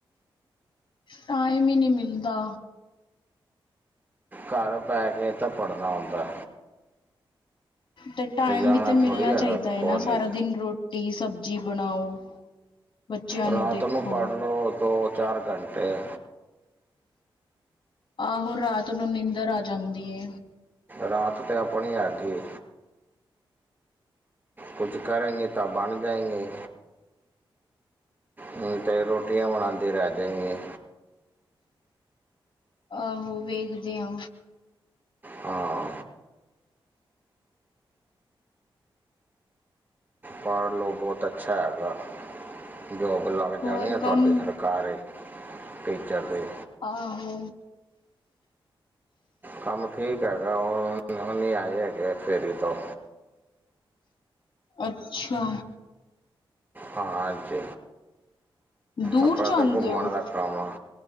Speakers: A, on the left (about 60°); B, on the right (about 20°).
A: ਟਾਈਮ ਈ ਨੀ ਮਿਲਦਾ।
B: ਘਰ ਬੈ ਕੇ ਤਾਂ ਪੜ੍ਹਦਾ ਹੁੰਦਾ ਏ।
A: ਤੇ ਟਾਈਮ
B: ਜਾਣਾ
A: ਵੀ ਤੇ ਮਿਲਣਾ
B: ਥੋੜ੍ਹੀ ਹੈਗਾ
A: ਚਾਹੀਦਾ ਏ
B: ਕਾਲਜ
A: ਨਾ ਸਾਰਾ ਦਿਨ ਰੋਟੀ ਸਬਜ਼ੀ ਬਣਾਓ। ਬੱਚਿਆਂ
B: ਰਾਤ
A: ਦੇਖੋ
B: ਨੂੰ ਪੜ੍ਹ ਲੋ, ਦੋ-ਚਾਰ ਘੰਟੇ।
A: ਆਹੋ ਰਾਤ ਨੂੰ ਨੀਂਦਰ ਆ ਜਾਂਦੀ ਏ।
B: ਰਾਤ ਤੇ ਆਪਣੀ ਐਗੀ। ਕੁਝ ਕਰੇਗੀ ਤਾਂ ਬਣ ਜਾਏਗੀ। ਨੀ ਤੇ ਰੋਟੀਆਂ ਬਣਾਂਦੀ ਰਹਿ ਜੇਏਗੀ।
A: ਆਹੋ ਵੇਖਦੇ ਆ।
B: ਹਾ। ਪੜ੍ਹ ਲਓ ਬਹੁਤ ਅੱਛਾ ਹੈਗਾ। ਜੋਬ ਲੱਗ
A: ਹੋਰ
B: ਜਾਣੀ ਆ
A: ਕੰਮ
B: ਤੁਹਾਡੀ ਸਰਕਾਰੀ। ਟੀਚਰ ਦੇ।
A: ਆਹੋ।
B: ਕੰਮ ਠੀਕ ਹੈਗਾ। ਉ ਨੀ ਆਏ ਹੈਗੇ ਫੇਰੀ ਤੋਂ
A: ਅੱਛਾ।
B: ਹਾਂ ਅੱਜ,
A: ਦੂਰ
B: ਆਪਣਾ
A: ਜਾਂਦੇ
B: ਤਾਂ ਘੁੰਮਣ
A: ਹੋ
B: ਦਾ ਕੰਮ ਹਾਂ,